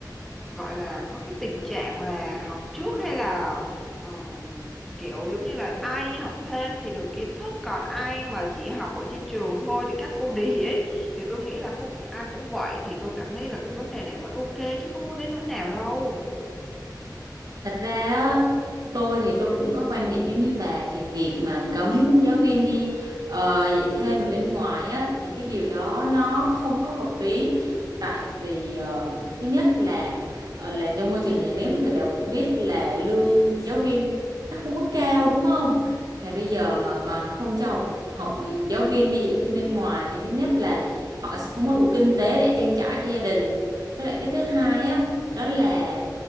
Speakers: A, in the centre; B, on the right (about 60°).
A: gọi là có cái tình trạng là học trước hay là ờ, kiểu giống như là ai đi học thêm thì được kiến thức còn ai mà chỉ học ở trên trường thôi thì các cô đì ấy thì tôi nghĩ là không phải ai cũng vậy thì tôi cảm thấy là cái vấn đề này vẫn ok chứ không có đến nỗi nào đâu
B: Thật ra á, tôi thì tôi cũng có quan điểm giống như bà thì việc mà cấm giáo viên đi ờ, dạy thêm ở bên ngoài á thì cái điều đó nó không có hợp lý tại vì ờ, thứ nhất là ờ, làm trong môi trường nhà nước thì đã cũng biết là lương giáo viên nó không có cao đúng không? Là bây giờ mà còn không cho học, học giáo viên đi dạy thêm bên ngoài thì thứ nhất là họ sẽ không có đủ kinh tế để trang trải cho gia đình. Với lại cái thứ hai á đó là